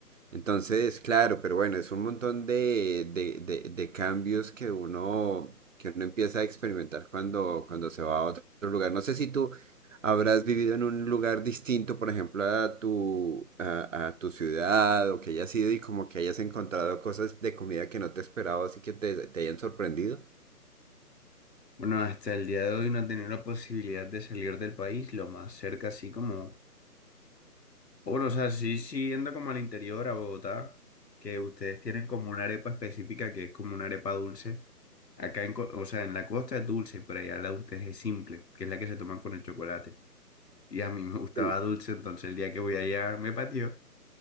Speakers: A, on the right; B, on the left.
A: Entonces, claro, pero bueno, es un montón de, de, de- de cambios que uno, que uno empieza a experimentar cuando, cuando se va a otro lugar. No sé si tú habrás vivido en un lugar distinto, por ejemplo, a tu, a, a tu ciudad, o que hayas ido y como que hayas encontrado cosas de comida que no te esperabas y que te, te hayan sorprendido.
B: Bueno, hasta el día de hoy no he tenido la posibilidad de salir del país. Lo más cerca, así como Bueno, o sea, sí, sí, yendo como al interior, a Bogotá, que ustedes tienen como una arepa específica que es como una arepa dulce. Acá, en, co- o sea, en la costa es dulce, pero allá la de ustedes es simple, que es la que se toman con el chocolate. Y a mí me gustaba
A: Sí.
B: dulce, entonces el día que voy allá me pateó.